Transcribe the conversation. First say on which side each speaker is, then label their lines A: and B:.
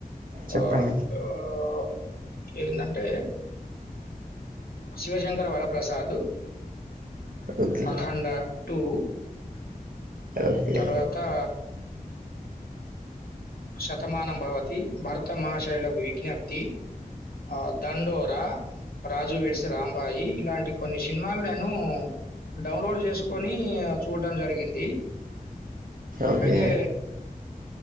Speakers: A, on the right (about 65°); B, on the left (about 85°).
A: చెప్పండి
B: ఆహ్, ఆహ్, ఏందంటే Shivashankar Varaprasad
A: okay
B: Akhanda two
A: okay
B: తర్వాతా శతమానం భవతి భరతమహశైలకు విజ్ఞప్తి ఆ దండోరా రాజు వేడ్స్ రాంబాయి ఇలాంటి కొన్ని సినిమాలు నేను డౌన్లోడ్ చేసుకొని చూడం జరిగింది
A: ఓకే
B: అయితే